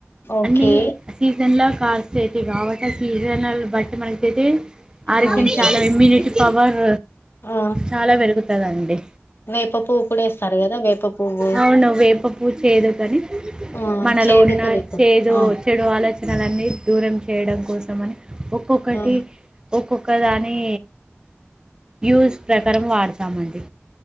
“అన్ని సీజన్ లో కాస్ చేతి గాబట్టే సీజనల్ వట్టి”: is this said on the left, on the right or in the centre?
Right